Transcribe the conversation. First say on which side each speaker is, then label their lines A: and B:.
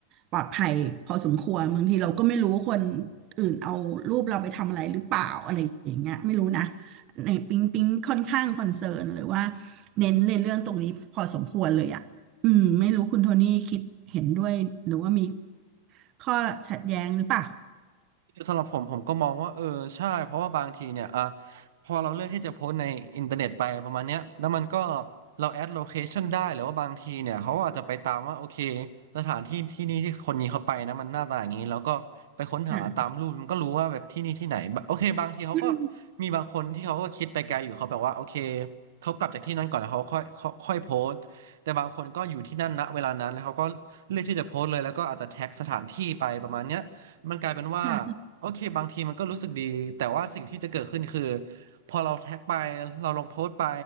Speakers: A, on the right; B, on the right.
A: ปลอดภัยพอสมควรบางทีเราก็ไม่รู้ว่าคนอื่นเอารูปเราไปทำอะไรหรือเปล่าอะไรอย่างเงี้ยไม่รู้นะในปิ๊งปิ๊งค่อนข้างคอนเซิร์นหรือว่าเน้นในเรื่องตรงนี้พอสมควรเลยอะ อืมไม่รู้คุณโทนี่คิดเห็นด้วยหรือว่ามีข้อขัดแย้งหรือเปล่า
B: สำหรับผมผมก็มองว่าเออใช่เพราะว่าบางทีเนี่ยอ่ะพอเราเลือกที่จะโพสต์ในอินเทอร์เน็ตไปประมาณเนี้ยแล้วมันก็เราแอดโลเคชันได้หรือว่าบางทีเนี่ยเขาอาจจะไปตามว่าโอเคสถานที่ที่นี่ที่คนนี้เขาไปนะมันหน้าตาอย่างนี้แล้วก็ไปค้นหาตามรูปมันก็รู้ว่าแบบที่นี่ที่ไหนบะโอเคบางทีเขาก็
A: อ่าอืม
B: มีบางคนที่เขาก็คิดไปไกลอยู่เขาแบบว่าโอเคเขากลับจากที่นั่นก่อนแล้วเขาค่อยค่อยค่อยโพสต์แต่บางคนก็อยู่ที่นั่นณเวลานั้นแล้วเขาก็เลือกที่จะโพสต์เลยแล้วก็อาจจะแท็กสถานที่ไปประมาณเนี้ย มันกลายเป็นว่า
A: ค่ะค่ะ
B: โอเคบางทีมันก็รู้สึกดีแต่ว่าสิ่งที่จะเกิดขึ้นคือพอเราแท็กไปเราลงโพสต์ไป